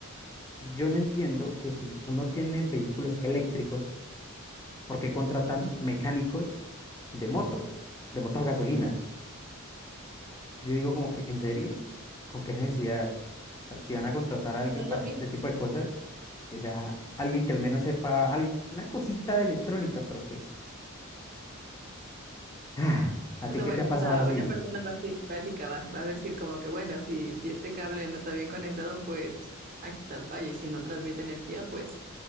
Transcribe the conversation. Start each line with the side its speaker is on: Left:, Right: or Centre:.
Left: yo no entiendo que si uno tiene vehículos eléctricos, ¿por qué contratan
Right: Ujú.
Left: mecánicos de motos, de motos a gasolina? Yo digo como que, ¿en serio? ¿Con qué necesidad? O sea, Si van a contratar
Right: Es
Left: a alguien
Right: que no es
Left: para
Right: lo mismo.
Left: este tipo de cosas, que sea alguien que al menos sepa al- una cosita de electrónica, pero pues, <sighs> ah, ¿a
Right: O
Left: ti
Right: sea,
Left: qué
Right: bueno,
Left: te ha pasado
Right: o sea,
Left: así?
Right: una persona basi- básica va, va a decir como que, bueno, si, si este cable no está bien conectado, pues aquí está la falla. Y si no transmite energía, pues